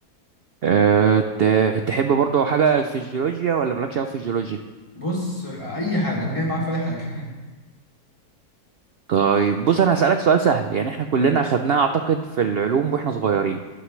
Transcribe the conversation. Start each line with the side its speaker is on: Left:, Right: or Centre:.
Right: أه ت- تحب برضو حاجة في الجيولوجيا ولا مالكش أوي في الجيولوجيا؟
Left: بص أي حاجة أنا جاي معاك في أي حاجة
Right: طيب بص أنا هسألك سؤال سهل يعني احنا كلنا أخدناه أعتقد في العلوم وإحنا صغيرين